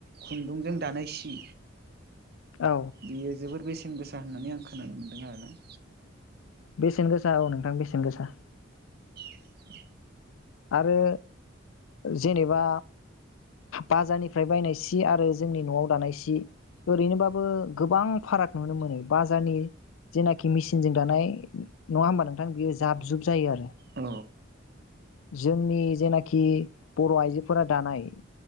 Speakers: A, on the right; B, on the left.
A: खुन्दुंजों दानाय सि
B: औ
A: बियो जोबोर बेसे न गोसा होननानै आं खोनानो मोन्दों आरोना।
B: बेसेन गोसा औ नोंथां बेसेन गोसा।
A: <inaudible>
B: आरो जेनेबा बाजारनिफ्राय बायनाय सि आरो जोंनि न'आव दानाय सि ओरैनोबाबो गोबां फाराग नुनो मोनो बाजारनि जेनाखि मेसिनजों दानाय नङा होमबा नोंथां बियो जाब जुब जायो आरो
A: औ
B: जोंनि जेनाखि खि बर' आइजोफोराद दानाय